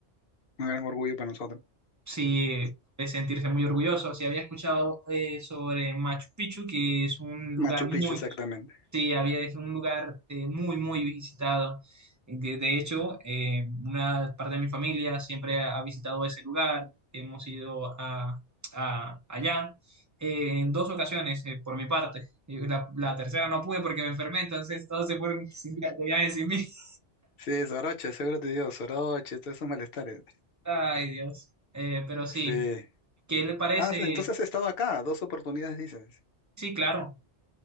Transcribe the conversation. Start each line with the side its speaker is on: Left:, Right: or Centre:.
Left: Un gran orgullo para nosotros.
Right: Sí, de sentirse muy orgulloso. Sí, había escuchado eh, sobre Machu Picchu, que es un lugar
Left: Machu
Right: muy,
Left: Picchu, exactamente.
Right: sí, había, es un lugar eh, muy, muy visitado. De de hecho, eh, una parte de mi familia siempre ha, ha visitado ese lugar. Hemos ido a, a- allá eh, en dos ocasiones, eh, por mi parte. Y La, la tercera no pude porque me enfermé, entonces todos se fueron sin via- de viaje sin mí. <laughs>
Left: Sí, Soroche, seguro te digo, Soroche, todos esos malestares.
Right: Ay, Dios. Eh, pero sí,
Left: Sí.
Right: ¿qué le parece?
Left: Ah, entonces has estado acá, dos oportunidades dices.
Right: Sí, claro.